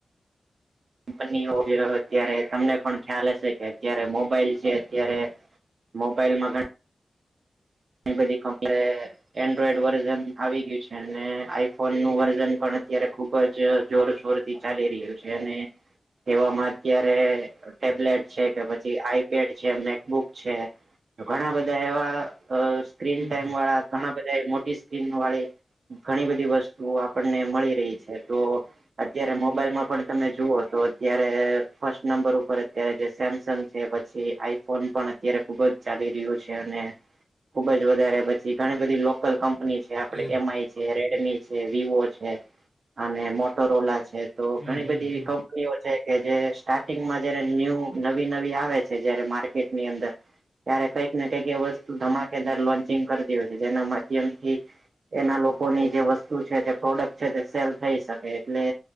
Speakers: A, on the right (about 55°); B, on the right (about 25°).
A: કંપની ઓ અત્યારે તમને પણ ખ્યાલ હશે કે અત્યારે મોબાઈલ છે અત્યારે મોબાઈલ માં ઘણા <unintelligible> બધી કમપ્લે એન્ડ્રોઈડ વર્ઝન આવી ગયું છે આઈફોન નું વર્ઝન પણ અત્યારે ખુબ જ જોરશોર થી ચાલી રહ્યું છે અને તેવામાં અત્યારે ટેબલેટ છે કે પછી આઈપેડ છે મેકબુક છે ઘણા બધા એવા અ સ્ક્રીન
B: હમ
A: ટાઈમ
B: હમ
A: વાળા ઘણા બધા એ મોટી સ્ક્રીન વાળી ઘણી બધી વસ્તુ આપણને મળી રહી છે તો અત્યારે મોબાઈલમાં પણ તમે જુઓ તો અત્યારે ફર્સ્ટ નંબર ઉપર અત્યારે જે સેમસંગ ને પછી આઈફોન પણ અત્યારે ખુબ જ ચાલી રહ્યો છે અને ખુબ જ વધારે પછી ઘણી બધી લોકલ કંપની છે આપડે
B: એ
A: એમઆઈ ને રેડમી છે વિવો છે અને મોટો રોલા છે તો
B: હમ
A: ઘણી
B: હમ
A: બધી એવી
B: હમ
A: કં નીઓ કે જે સ્ટાર્ટિંગમાં જયારે ન્યૂ નવી નવી આવે છે જયારે માર્કેટની અંદર ત્યારે કંઈક ને કંઈક એ વસ્તુ ધમાકેદાર લોન્ચિંગ કરતી હોય છે જેના માધ્યમથી એના લોકોની જે વસ્તુ છે તે પ્રોડક્ટ છે તે સેલ થઈ શકે એટલે